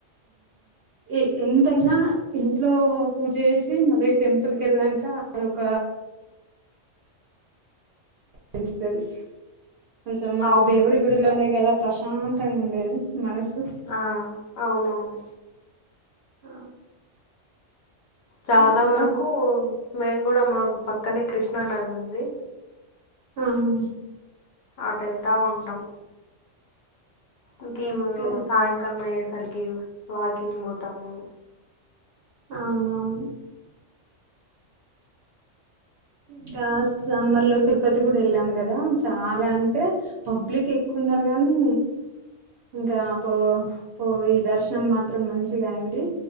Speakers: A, on the right; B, on the left.
A: ఏ ఎంతైనా. ఇంట్లో పూజ చేసి మళ్ళీ ఈ టెంపుల్ కి వెళ్ళాక అది ఒక. తెలుస్తది కొంచెం మనకు
B: అవును
A: దేవుడు ఇ. గుడిలోనే కాదా ప్రశాంతంగా ఉండేది మనసు.
B: ఆ అవునవును.
A: ఆ.
B: చాలా
A: ఇంకా
B: వరకు మేం కూడా మాకు పక్కనే కృష్ణా నది ఉంది.
A: ఆహా.
B: అటు వెళ్తా ఉంటాం. ఇంకా
A: ఓకే
B: మేము సాయంకాలం అయ్యేసరికి వాకింగ్ పోతాము.
A: అవునవును. ఇంకా సమ్మర్లో లో తిరు. తిరుపతి కూడా వెళ్ళాం కాదా చాలా అంటే పబ్లిక్ ఎక్కువున్నారు గానీ. ఇంకా పో పోయి దర్శనం మాత్రం మంచిగా అయింది.